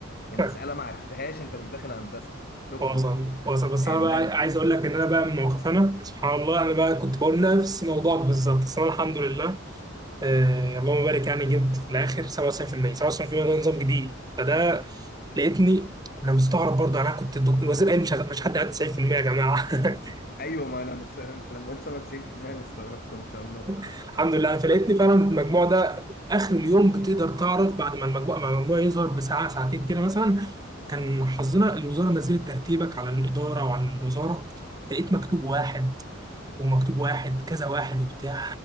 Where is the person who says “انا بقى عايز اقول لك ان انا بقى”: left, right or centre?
Right